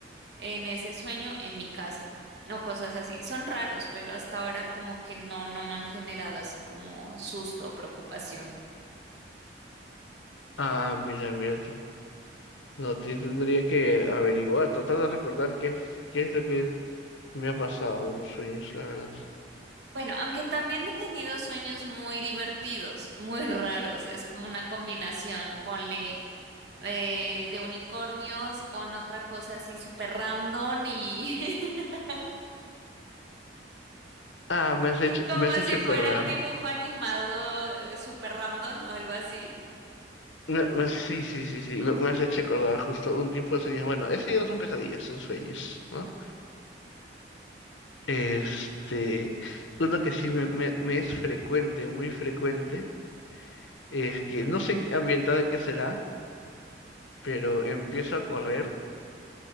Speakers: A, on the right (about 65°); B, on the left (about 80°).
A: en ese sueño en mi casa o cosas así. Son raros, pero hasta ahora como que no, no me han generado así como susto o preocupación.
B: Ah, mira, mira tú. No, te- tendría que averiguar, tratar de recordar qué es, qué es lo que me ha pasado en los sueños, la verdad.
A: Bueno, aunque también he tenido sueños muy divertidos, <laughs> muy raros, es como una combinación, ponle eh, de unicornios con otra cosa así súper random y <laughs>
B: Ah, me has hecho,
A: como
B: me has hecho
A: si
B: acordar.
A: fuera un dibujo animado eh, súper random o algo así.
B: Me- me- sí, sí, sí, sí, me, me has hecho acordar justo un tipo de sueños. Bueno, eso ya no son pesadillas, son sueños, ¿no? Este, uno que sí me, me- me es frecuente, muy frecuente, es que no sé en- ambientado en qué será, pero empiezo a correr,